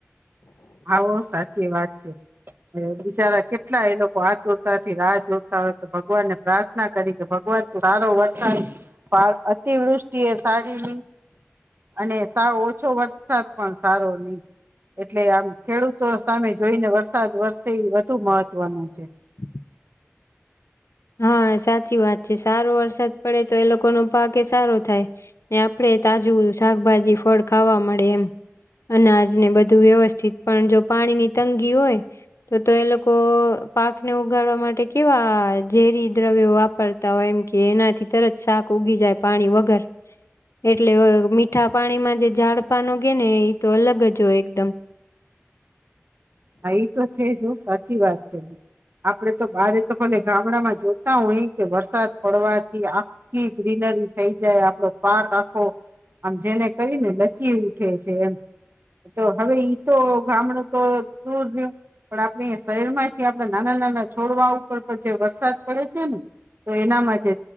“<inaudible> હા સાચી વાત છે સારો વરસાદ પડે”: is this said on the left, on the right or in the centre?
Left